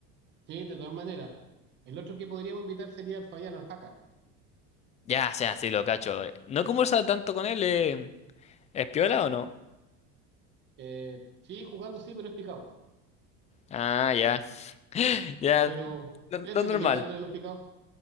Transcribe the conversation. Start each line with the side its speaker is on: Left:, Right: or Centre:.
Right: sí, de todas maneras. El otro que podríamos invitar sería al Fabián, al Jaca.
Left: Ya, sea, sí, lo cacho. eh. No conversaba tanto con él, eh. ¿Es piola o no?
Right: Eh, sí, jugando sí, pero es picado.
Left: Ah, ya. <laughs> Ya,
Right: Pero
Left: lo,
Right: es entretenido
Left: lo normal.
Right: ganarle a los picados.